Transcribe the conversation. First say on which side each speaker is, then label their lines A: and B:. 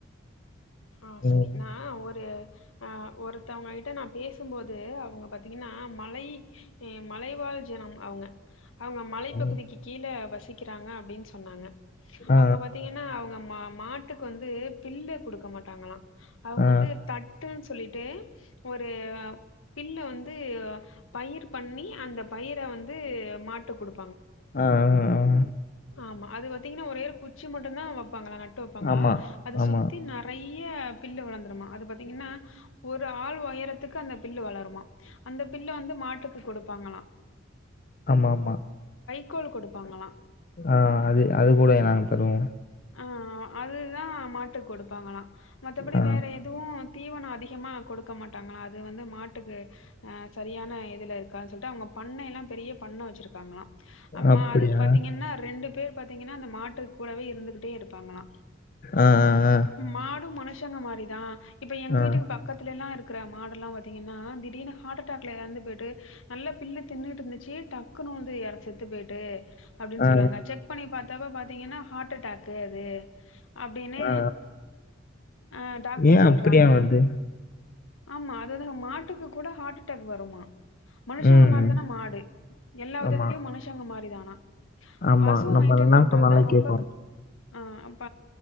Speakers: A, on the left (about 85°); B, on the left (about 45°).
A: ஆஹ்
B: ம்.
A: சரி நா ஒரு ஆஹ் ஒருத்தவுங்ககிட்ட நா பேசும்போதே அவுங்க பாத்தி ங்கன்னா மலை ஏ மலைவாழ் ஜனம் அவுங்க அவுங்க மலைப்பகுதிக்கு
B: ம்.
A: கீழ வசிக் கிறாங்க அப்டின்னு சொன்னாங்க
B: ஆ,
A: அவங்க பாத்தீங்கன்னா அவங்க மா மாட்டுக்கு வந்து பில்லு குடுக்க மாட்டாங்களா அவங்க
B: ஆ, ஆ.
A: வந்து தட் டுன்னு சொல்லிட்டு ஒரு பில்ல வந்து பயிர் பண்ணி அந்த பயிர வந்து மாட் ட்டுக் குடு
B: ஆஹ் ஆஹ் ஆஹ்
A: ஆமா அது பாத்தீங்கன்னா ஒரே ஒரு குச்சி மட்டும்தா வப் பாங்களா நட்டு வப்பாங்களா
B: ஆமா,
A: அது
B: ஆமா.
A: சுத் நெறைய பில்லு வளந்துருமா அது பாத்தீங்னா ஒரு ஆள் ஒயரத்துக்கு அந்த பில்லு வளருமா அந்த பில்ல வந்து மாட்டுக்கு கொடு ப்பாங்கலா
B: ஆமா ஆமா
A: க்கோல் கொடுப்பாங்களா
B: ஆஹ் அது அது கூட நாங்க தருவோ
A: ஆ அதுதா மாட்டுக் கொடுப்பாங்களா மத்தபடி
B: ஆ.
A: வேற எதுவு தீவன அதிகமா கொடுக்க மாட்டாங்களா அது வந்து மாட்டுக்கு ஆ சரியான இதுல இருக்காதுனு சொல்ட்டு அவுங்க பண்ணயலா பெரிய பண்ண வச்ருக்காங்களா ஆமா
B: அப்படியா?
A: அதுக்கு பாத்தீங்கன்னா ரெண்டு பே பாத்தீங்கன்னா அந்த மாட்டுக கூடவே இருந்துக்கிட் டே இருப்பாங்களா
B: ஆ, ஆ,
A: மாடு மனுஷ் ஷங்க மாரிதா இப்ப எங்க
B: ஆ. ஆ,
A: வீட்டுக்கு பக்கத்துல எல்லாம் இருக் இருக்குற மாடெல்லாம் பாத்தீங்கன்னா திடீனு ஹ்ட் டேக்ல இறந்து போயிட்டு நல்ல பில்லு தின்னுட்டு இருந்துச்சு டக்குனு வந்து யார செத்து போய்ட்டு அப்டின்
B: ஆ,
A: சொல்வாங்க செக் பண்ணி பாத் தவ பாத்தீங்கனா ஹாடடாக் க்கு அது அப்டினு
B: ஆ, ஆ.
A: அஹ் டாக்டர்
B: ஏன்
A: சொல்றாங்க
B: அப்படியா வருது?
A: ஆமா அததா மாட்டுக்கு கூட ஹாட்டாக் வருமா மனுஷங்க
B: ம்.
A: மாரி
B: ம்.
A: தானா மாடு எல்லா விதத்துலயு
B: ஆமா,
A: மனுஷங்க மாரிதானா
B: ஆமா.
A: பசு
B: நம்ம
A: மெயின்டன்
B: என்ன
A: பண்றந்தா
B: சொன்னாலும்
A: ரொம்ப
B: கேக்கும்.
A: ஆஹ் அப்ப